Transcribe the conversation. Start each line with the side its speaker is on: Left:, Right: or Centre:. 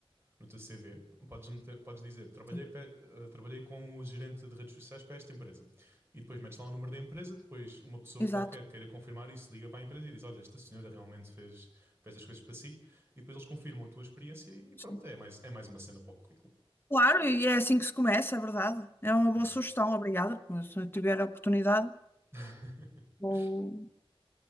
Right: no teu CV. Podes meter- podes dizer, trabalhei,
Left: sim,
Right: pe- eh, trabalhei como gerente de redes sociais para esta empresa. E depois metes lá o número da empresa, depois uma pessoa
Left: exato.
Right: qualquer queira confirmar isso, liga para a empresa e diz, olha, esta senhora realmente fez, fez estas coisas para si. E depois eles confirmam a tua experiência e pronto,
Left: sim.
Right: é mais, é mais uma cena para o currículo.
Left: Claro, e é assim que se começa, é verdade. É uma
Right: Yeah.
Left: boa sugestão, obrigada. Mas se eu tiver a oportunidade.
Right: <laughs>
Left: Vou,